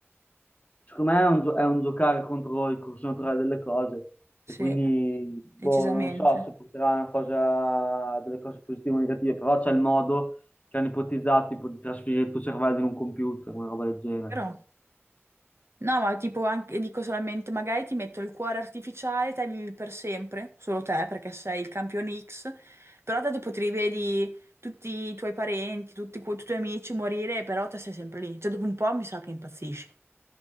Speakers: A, on the left (about 30°); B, on the right (about 65°).
A: secondo me è un, gio- è un giocare contro il corso naturale delle cose
B: Sì,
A: e quindi, boh,
B: decisamente.
A: non lo so se porterà a una cosa, delle cose positive o negative, però c'è il modo che hanno ipotizzato tipo, di trasferire il tuo cervello in un computer, una roba del genere.
B: Però... No, ma tipo anche, dico solamente, magari ti metto il cuore artificiale, te vivi per sempre, solo te perché sei il campione X, però te dopo ti rivedi tutti i tuoi parenti, tutti, i tuoi amici morire, però te sei sempre lì. Cioè, dopo un po' mi sa che impazzisci.